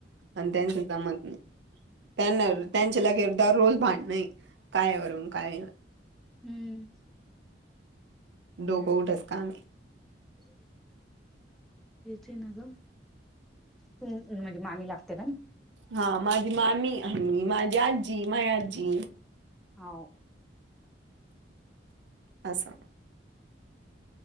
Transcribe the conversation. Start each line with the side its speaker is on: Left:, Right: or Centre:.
Right: आणि त्यांच जमत नाही त्यांना त्यांच्याला गिरदवर रोल भांडणे कायवरून काय
Centre: हम्म
Right: डोकऊठच का आम्ही
Centre: येवढ इचछ तेच ना ग तू म्हणजे मामी लागते का
Right: हा माझी मामी माझी आजी माया आजी
Centre: होव
Right: अससाम